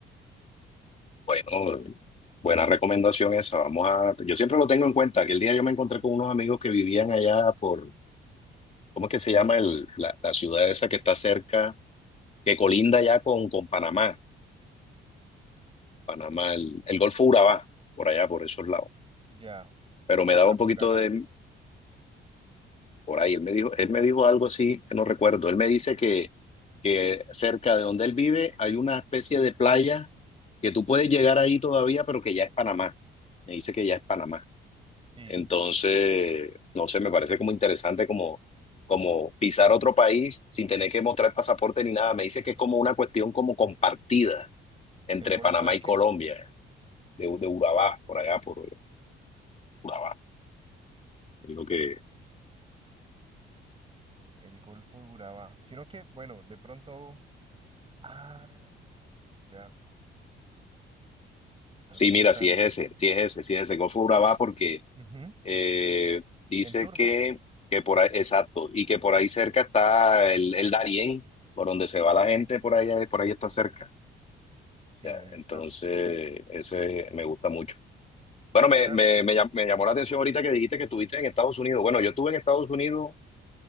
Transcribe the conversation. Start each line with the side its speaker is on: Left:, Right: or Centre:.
Left: Bueno, buena recomendación esa. Vamos a, yo siempre lo tengo en cuenta. que el día yo me encontré con unos amigos que vivían allá por, ¿cómo es que se llama el, la, la ciudad esa que está cerca, que colinda ya con, con Panamá, Panamá, el, el Golfo Urabá, por allá, por esos lados.
Right: Ya,
Left: pero
Right: o
Left: me daba
Right: Capurganá.
Left: un poquito de por ahí. Él me dijo, él me dijo algo así que no recuerdo. Él me dice que, que cerca de donde él vive hay una especie de playa que tú puedes llegar ahí todavía, pero que ya es Panamá. Me dice que ya es Panamá.
Right: Sí,
Left: Entonces, no sé, me parece como interesante como, como pisar otro país sin tener que mostrar pasaporte ni nada. Me dice que es como una cuestión como compartida entre
Right: ¿el Golfo
Left: Panamá
Right: de
Left: y
Right: qué?
Left: Colombia, de, de Urabá, por allá, por Urabá, es lo que,
Right: El Golfo de Urabá. Sino que, bueno, de pronto. Ah, ya. No
Left: Sí,
Right: sé
Left: mira,
Right: qué
Left: sí
Right: tan.
Left: es ese, sí es ese, sí es ese. Golfo Urabá porque
Right: Ujú,
Left: eh, dice
Right: En turbo.
Left: que, que por ahí, exacto, y que por ahí cerca está el, el Darién, por donde se va la gente, por ahí, por ahí está
Right: Sí,
Left: cerca.
Right: sí,
Left: Ya,
Right: ahí
Left: entonces,
Right: está.
Left: ese me gusta mucho. Bueno, me,
Right: Claro,
Left: me, me, llam- me llamó la atención ahorita que dijiste que estuviste en Estados Unidos. Bueno, yo estuve en Estados Unidos